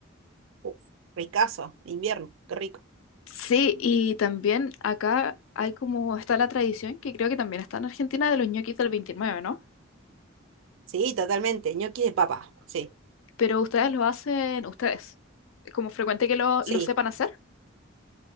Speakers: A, on the right; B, on the left.
A: Uf, ricazo, de invierno, qué rico.
B: Sí, y también acá hay como está la tradición, que creo que también está en Argentina, de los ñoquis del veintinueve ¿no?
A: Sí, totalmente, ñoquis de papa, sí,
B: Pero ustedes lo hacen ustedes. ¿Es como frecuente que lo,
A: sí.
B: lo sepan hacer?